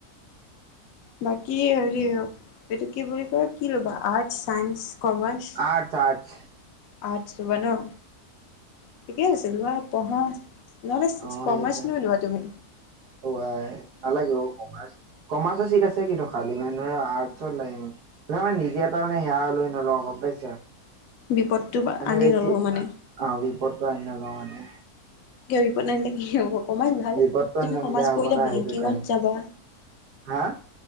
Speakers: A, on the left (about 65°); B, on the right (about 90°).
A: বাকী হেৰি এইটো কি বুলি কয়? কি ল'বা arts science commerce?
B: Arts arts
A: arts লবা ন, ঠিকে আছিল ব পঢ়া নহলে
B: অ',
A: কমাৰ্চ
B: সেইটোৱে
A: লৈ লোৱা তুমি।
B: অ আই নালাগে অ কমাৰ্চ, কমাৰ্চত চিট আছে কিন্তু খালি মানে ধৰা আৰ লাগে মোক, মানে নিজে এটা মানে সেয়া লৈ নলওঁ গম পাইছা?
A: বিপদটো
B: মানে
A: আনি
B: বেছি
A: নলওঁ মানে
B: বিপদটো আনি নলওঁ মানে।
A: কিয় বিপদ আনিলে কি হব? কমাৰ্চ ভাল,
B: বিপদটো
A: তুমি
B: আনি
A: কমাৰ্চ
B: বেয়া হ'ব
A: পঢ়লে
B: না
A: বেংকিঙত
B: সেইটো কাৰণে।
A: যাবা।
B: হা?